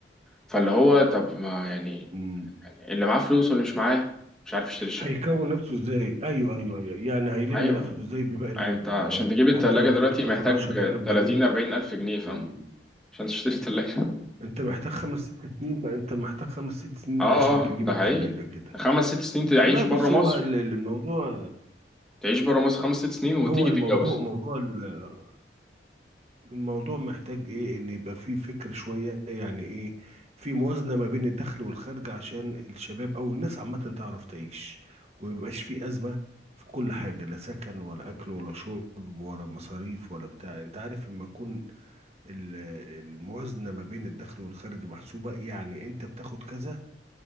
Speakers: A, in the centre; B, on the right.
A: فاللي هو طب ما يعني
B: امم
A: اللي معاه فلوس واللي مش معاه مش عارف يشتري الشقة
B: هيكون نفسه ازاي ايوه ايوه ايوه يعني هيلم
A: ايوه
B: نفسه ازاي بباقي المبلغ
A: يعني انت عشان
B: يعني
A: تجيب
B: حتى
A: التلاجة
B: لو كنت
A: دلوقتي
B: بتاخد
A: محتاج
B: 10000 جنيه
A: 30 40 الف جنيه فاهم
B: امم
A: عشان تشتري تلاجة <laughs>
B: انت محتاج خمس ست سنين بقى انت محتاج خمس ست سنين
A: اه
B: عشان
A: اه
B: تجيب
A: ده
B: التلاجة
A: حقيقي
B: كده
A: خمس ست سنين تعيش
B: والله
A: بره
B: بص
A: مصر
B: هو ال- ال- الموضوع
A: تعيش بره مصر خمس ست سنين وتيجي
B: هو الموضوع
A: تتجوز
B: موضوع ال- الموضوع محتاج ايه ان يبقى فيه فكر شوية يعني ايه في موازنة ما بين الدخل والخارج عشان الشباب او الناس عامة تعرف تعيش وميبقاش فيه ازمة في كل حاجة لا سكن ولا اكل ولا شرب ولا مصاريف ولا بتاع انت عارف لما تكون ال- الموازنة ما بين الدخل والخارج محسوبة يعني انت بتاخد كذا